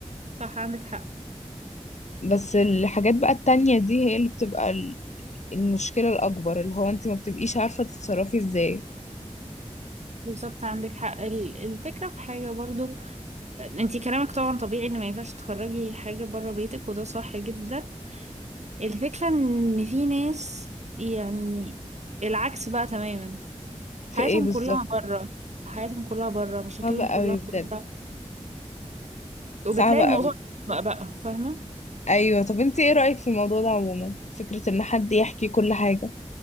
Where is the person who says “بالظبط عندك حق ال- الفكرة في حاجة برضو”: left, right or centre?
Right